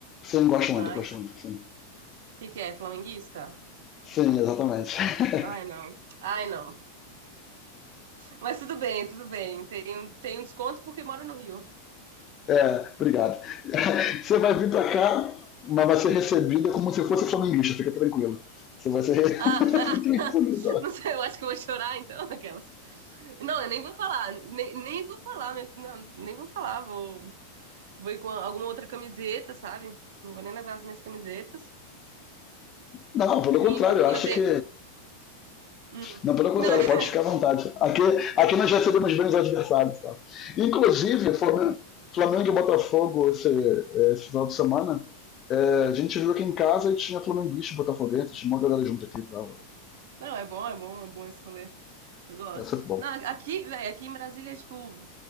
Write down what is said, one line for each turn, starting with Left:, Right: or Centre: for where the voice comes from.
Left: Sim, gosto
Right: mas.
Left: muito, gosto muito,
Right: O
Left: sim.
Right: que que é? Flamenguista?
Left: Sim, exatamente. <laughs>
Right: Ai, não. Ai, não. Mas tudo bem, tudo bem. Tem, um- tem um desconto porque moro no Rio.
Left: é, obrigado. Você vai vir pra cá, mas vai ser recebida como se fosse flamenguista, fica tranquilo. Você vai ser. re-
Right: Ah,
Left: <laughs> Fica
Right: <laughs>
Left: tranquilo.
Right: não sei, eu acho que eu vou chorar então, aquelas. Não, eu nem vou falar, nem, nem vou falar, meu- não, nem vou falar. Vou, vou ir com alguma outra camiseta, sabe? Não vou nem levar as minhas camisetas.
Left: Não, pelo
Right: Finge
Left: contrário,
Right: aqui,
Left: eu acho
Right: eu tenho.
Left: que
Right: Hum.
Left: Não, pelo contrário,
Right: Não, <laughs>
Left: pode ficar à vontade. Aqui, aqui nós recebemos bem os adversários. Tá? Inclusive, Flamengo, Flamengo e Botafogo esse, é, esse final de semana, é, a gente viu aqui em casa e tinha flamenguista e botafoguense, tinha uma galera junto aqui tá? tal.
Right: não, é bom, é bom, é bom esse rolê. Eu gosto.
Left: É futebol.
Right: Não, aqui, velho, aqui em Brasília, é, tipo,